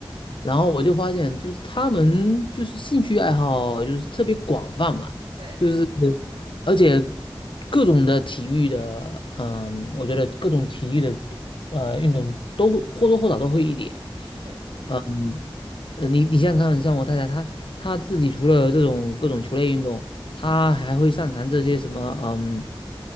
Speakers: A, on the left; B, on the right.
A: 然后我就发现就是他们就是兴趣爱好就是特别广泛嘛，
B: 对对对
A: 就是而且各种的体育的，嗯，我觉得各种体育的呃运动都或多或少都会一点，
B: 对，
A: 嗯。呃，你你想想看，像我太太，她她自己除了这种各种球类运动，她还会擅长这些什么，嗯，